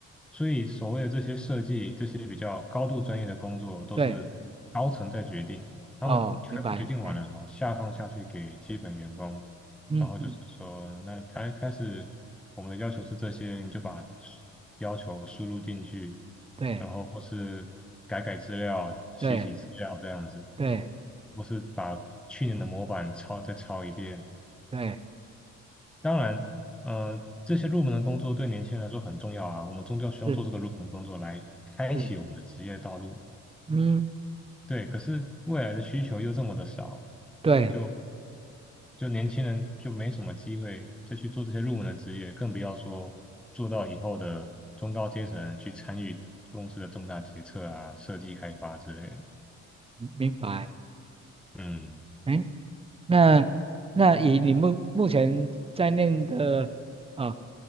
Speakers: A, in the centre; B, on the right (about 20°).
A: 所以所谓的这些设计、这些比较高度专业的工作都是高层在决定，
B: 对，
A: 他们开会决定完了，
B: 哦，明白，哎，
A: 然后下放下去给基本员工，
B: 嗯嗯，
A: 然后就是说，那他开始我们的要求是这些，你就把要求输入进去，
B: 对
A: 然后或是改改资料、洗洗资料这样子。
B: 对对
A: 我是把去年的模板抄再抄一遍。
B: 对，
A: 当然，呃，这些入门的工作对年轻人来说很重要啊，我们终究需要做这个入门工作来开启我们的职业道路。
B: 是是，嗯，
A: 对，可是未来的需求又这么的少，
B: 对，
A: 就就年轻人就没什么机会就去做这些入门的职业，更不要说做到以后的中高阶层去参与公司的重大决策啊、设计开发之类的。
B: 明白。
A: 嗯，
B: 哎。那那以你目目前在念的啊，